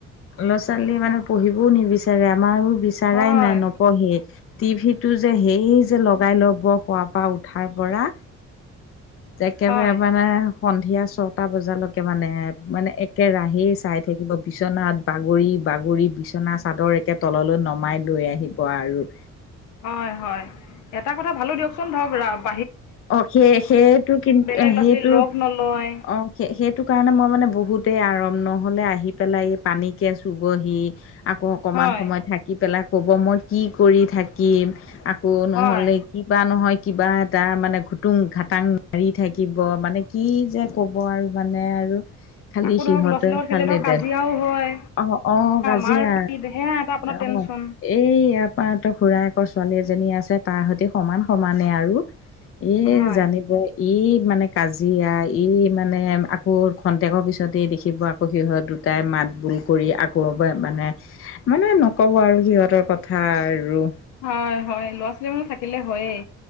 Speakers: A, on the left (about 45°); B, on the left (about 80°).
A: ল'ৰা ছোৱালী মানে পঢ়িবও নিবিচাৰে আমাৰো বিচৰাই
B: হয়
A: নাই নপঢ়ে। টিভিটো যে সেই যে লগাই ল'ব খোৱাৰ পৰা উঠাৰ পৰা। একেবাৰে
B: হয়
A: মানে সন্ধিয়া ছটা বজালৈকে মানে মানে একেৰাহেই চাই থাকিব বিচনাত বাগৰি বাগৰি বিচনা চাদৰ একে তললৈ নমাই লৈ আহিব আৰু-
B: হয় হয় এটা কথা ভালো দিয়কচোন ধৰক ৰাব-
A: অ সেই সেইটো কিন্তু
B: বেলেগ ল'ৰা
A: সেইটো
B: ছোৱালী লগ নলয়
A: অ সে সেইটো কাৰণে মই মানে বহুত তেই আৰাম নহলে আহি পেলাই এই পানীকে চুবহি আকৌ অকমান
B: হয়
A: সময় থাক কি পেলাই ক'ব মই কি কৰি থাকিম আকৌ নহ'লে
B: হয়
A: কিবা নহয় কিবা এটা মানে খুটুং খাটাং মাৰি থাকিব মানে কি যে কব আৰু মানে আৰু খালি
B: আকৌ
A: সিহঁতে
B: ধৰক ল'ৰা ছোৱালী লগত খেলিলে
A: খালে
B: ধৰক
A: দেত
B: কাজিয়াও হয়
A: অ অ কাজিয়া
B: মাৰ পিট সেয়া এটা আপোনাৰ টেনচন
A: অ। এই ইয়াৰ পৰা তৰ খুৰায়েকৰ ছোৱালী এজনী আছে তাৰ সৈতে সমান সমানে আৰু। এয়েই
B: হয়
A: জানিবই। ই মানে কাজিয়া ই মানে আকৌ খন্তেকৰ পিছতে দেখিব সিহত দুটাই মাত বোল কৰি আকৌ মানে মানে নকব আৰু সিহঁতৰ কথা আৰু।
B: হয় হয় ল'ৰা ছোৱালীসমূহ থাকিলে হয়েই,